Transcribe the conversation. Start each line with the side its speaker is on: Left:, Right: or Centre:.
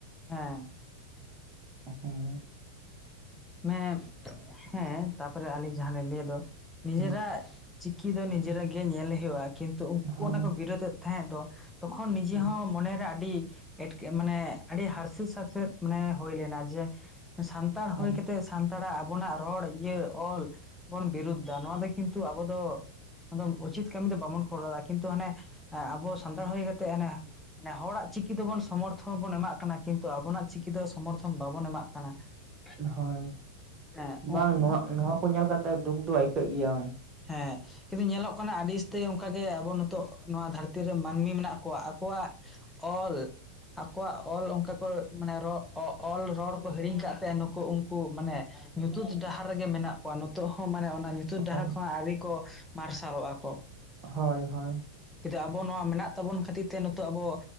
Centre: ᱦᱮᱸ
Right: <unintelligible>
Centre: <unintelligible> ᱦᱮᱸ ᱛᱟᱯᱚᱨᱮ ᱟᱹᱞᱤᱧ ᱡᱟᱦᱟᱸ ᱞᱤᱧ ᱞᱟᱹᱭ ᱫᱚ ᱱᱤᱡᱮᱨᱟᱜ
Right: ᱦᱮᱸ
Centre: ᱪᱤᱠᱤ ᱫᱚ ᱱᱤᱡᱮᱨᱟᱜ ᱜᱮ ᱧᱮᱞ ᱦᱳᱭᱳᱜᱼᱟ ᱠᱤᱱᱛᱩ ᱩᱱᱠᱩ
Right: ᱦᱳᱭ
Centre: ᱚᱱᱟ ᱠᱚ ᱵᱤᱨᱳᱫ ᱮᱫ ᱛᱟᱦᱮᱸᱫ ᱫᱚ ᱛᱚᱠᱷᱚᱱ ᱱᱤᱡᱮ
Right: ᱦᱳᱭ
Centre: ᱦᱚᱸ ᱢᱚᱱᱮᱨᱮ ᱟᱹᱰᱤ ᱮᱴᱠᱮ ᱢᱟᱱᱮ ᱟᱹᱰᱤ ᱦᱟᱨᱥᱮᱛ ᱥᱟᱨᱥᱮᱛ ᱢᱟᱱᱮ ᱦᱩᱭ ᱞᱮᱱᱟ ᱡᱮ ᱥᱟᱱᱛᱟᱲ
Right: ᱦᱳᱭ
Centre: ᱦᱩᱭ ᱠᱟᱛᱮ ᱥᱟᱱᱛᱟᱲᱟᱜ ᱟᱵᱚᱱᱟᱜ ᱨᱚᱲ ᱤᱭᱟᱹ ᱚᱞ ᱵᱚᱱ ᱵᱤᱨᱩᱫᱽᱫᱟ ᱱᱚᱣᱟ ᱫᱚ ᱠᱤᱱᱛᱩ ᱟᱵᱚ ᱫᱚ ᱩᱪᱤᱛ ᱠᱟᱹᱢᱤ ᱫᱚ ᱵᱟᱵᱚᱱ ᱠᱚᱨᱟᱣ ᱠᱤᱱᱛᱩ ᱦᱟᱱᱮ ᱟᱵᱚ ᱥᱟᱱᱛᱟᱲ ᱦᱳᱭ ᱠᱟᱛᱮᱜ ᱦᱟᱱᱮ ᱢᱟᱱᱮ ᱦᱚᱲᱟᱜ ᱪᱤᱠᱤ ᱫᱚᱵᱚᱱ ᱥᱚᱢᱚᱨᱛᱷᱚᱱ ᱵᱚᱱ ᱮᱢᱟᱜ ᱠᱟᱱᱟ ᱠᱤᱱᱛᱩ ᱟᱵᱚᱱᱟᱜ ᱪᱤᱠᱤ ᱫᱚ ᱥᱚᱢᱚᱨᱛᱷᱚᱱ ᱵᱟᱵᱚᱱ ᱮᱢᱟᱜ ᱠᱟᱱᱟ <unintelligible>
Right: ᱦᱳᱭ
Centre: ᱦᱮᱸ
Right: ᱵᱟᱝ ᱱᱚᱣᱟ ᱱᱚᱣᱟ ᱠᱚ ᱧᱮᱞ ᱠᱟᱛᱮ ᱫᱩᱠ ᱫᱚ ᱟᱹᱭᱠᱟᱹᱜ ᱜᱮᱭᱟᱢ
Centre: ᱦᱮᱸ ᱠᱤᱱᱛᱩ ᱧᱮᱞᱚᱜ ᱠᱟᱱᱟ ᱟᱹᱰᱤ ᱩᱥᱛᱟᱹᱣ ᱚᱱᱸᱠᱟᱜᱮ ᱟᱵᱚ ᱱᱤᱛᱚᱜ ᱱᱚᱣᱟ ᱫᱷᱟᱹᱨᱛᱤ ᱨᱮ ᱢᱟᱹᱱᱢᱤ ᱢᱮᱱᱟᱜ ᱠᱚᱣᱟ ᱟᱠᱚᱣᱟᱜ ᱚᱞ ᱟᱠᱚᱣᱟᱜ ᱚᱞ ᱚᱱᱠᱟ ᱠᱚ ᱢᱟᱱᱮ ᱨᱚ ᱚ ᱚᱞ ᱨᱚᱲ ᱠᱚ ᱦᱤᱲᱤᱧ ᱠᱟᱫ ᱛᱮ ᱱᱩᱠᱩ ᱩᱱᱠᱩ ᱢᱟᱱᱮ ᱧᱩᱛᱩᱫ ᱰᱟᱦᱟᱨ ᱨᱮᱜᱮ ᱢᱮᱱᱟᱜ ᱠᱚᱣᱟ ᱱᱤᱛᱚᱜ ᱦᱚᱸ ᱢᱟᱱᱮ ᱚᱱᱟ ᱧᱩᱛᱩᱛ ᱰᱟᱦᱟᱨ
Right: ᱦᱳᱭ
Centre: ᱠᱷᱚᱱᱟᱜ ᱟᱣᱹᱨᱤ ᱠᱚ ᱢᱟᱨᱥᱟᱞ ᱚᱜᱼᱟ ᱠᱚ
Right: ᱦᱳᱭ ᱦᱳᱭ
Centre: <unintelligible> ᱟᱵᱚ ᱱᱚᱣᱟ ᱢᱮᱱᱟᱜ ᱛᱟᱵᱚᱱ ᱠᱷᱟᱹᱛᱤᱨ ᱛᱮ ᱱᱤᱛᱚᱜ ᱟᱵᱚ